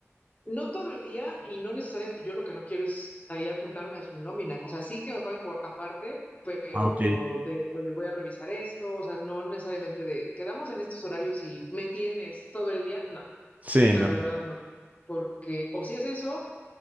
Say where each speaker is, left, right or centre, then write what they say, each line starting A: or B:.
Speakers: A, on the left; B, on the right.
A: No todo el día y no necesariamente, yo lo que no quiero es ahí adjuntarme a su nómina, o sea, sí que me paguen por aparte, pero
B: Ah, ok.
A: de, oye, voy a revisar esto, o sea, no necesariamente de, quedamos en estos horarios y me tienes todo el día, no,
B: Sí,
A: la
B: no.
A: verdad no, porque o si es eso,